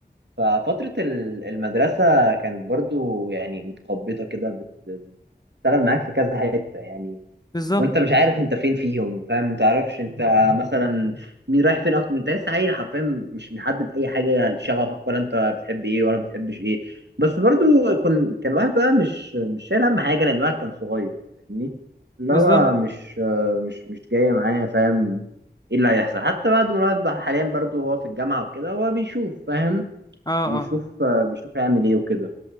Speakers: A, on the right (about 85°); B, on the left (about 20°).
A: ففترة ال- المدرسة كانت برضو يعني متخبطة كده بت- بتشتغل معاك في كذا حتة يعني
B: بالظبط
A: وانت مش عارف انت فين فيهم فاهم ما تعرفش انت مثلا مين رايح فين اكتر انت لسه عيل حرفيا مش محدد اي حاجه لشغفك ولا انت بتحب ايه ولا بتحبش ايه بس برضو كن... كان الواحد بقى مش مش شايل هم حاجه لان الواحد كان صغير فاهمني اللي
B: بالظبط
A: هو مش مش مش جايه معايا فاهم ايه اللي هيحصل حتى بعد ما الواحد بقى حاليا برضو هو في الجامعه وكده هو بيشوف فاهم
B: اه
A: بيشوف
B: اه
A: بيشوف هيعمل ايه وكده